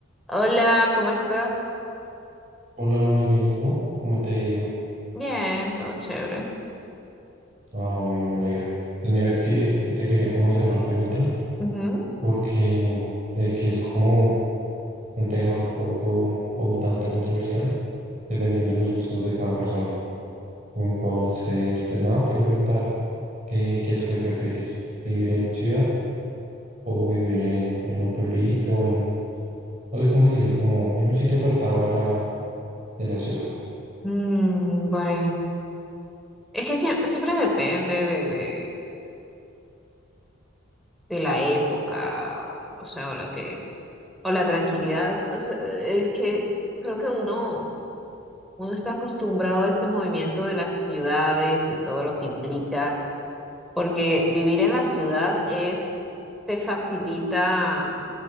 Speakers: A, in the centre; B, on the right.
A: Hola, ¿cómo estás?
B: Hola, muy bien, ¿y tú? ¿Cómo te ha ido?
A: Bien, todo chévere.
B: Ah, bueno, me alegra. Pues mira que, que te quería como hacer una pregunta,
A: Ujú.
B: porque sé que es como un tema un poco o un tanto controversial, dependiendo de los gustos de cada persona. Entonces, pues nada, te iba a preguntar, ¿qué, qué tú qué prefieres? ¿Vivir en ciudad o vivir en, en un pueblito, en, no sé cómo decirlo, como en un sitio apartado de la, de la ciudad?
A: Mm, bueno, es que sie- siempre depende de, de- de la época, o no sé, o lo que, o la tranquilidad. O sea, es que creo que uno, uno está acostumbrado a ese movimiento de las ciudades y todo lo que implica, porque vivir en la ciudad es, te facilita